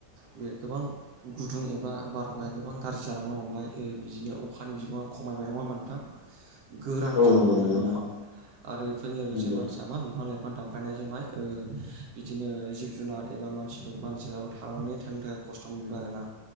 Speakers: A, on the right (about 70°); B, on the left (about 75°).
A: बे गोबां। गुदुं एबा बारहावाया गोबां गाज्रि जालांनो हमबाय ओ बिदिनो अखानि बिबाङा ख खमायबाय नङा होनबा नोंथां गोरान
B: औ
A: जालांबाय
B: नंगौ नंगौ
A: आरोना
B: नंगौ
A: आरो बेफोरनि लोगोसे
B: नंगौ
A: मानसि मा बिफां-लाइफां दानफायनायजोंहाय ओ बिदिनो जिब-जुनाद एबा मानसिद मानसिफ्राबो थानां नै थानो थाखाय खस्थ' मोनबाय आरोना